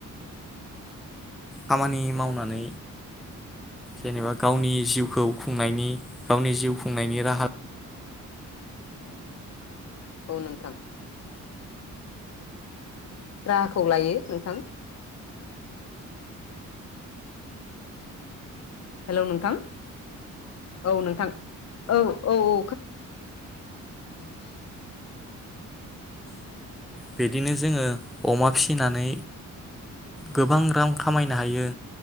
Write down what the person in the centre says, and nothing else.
खामानि मावनानै जेनेबा गावनि जिउखौ खुंनायनि गावनि जिउ खुंनायनि राहा
बिदिनो जोंङो अमा फिसिनानै गोबां रां खामायनो हायो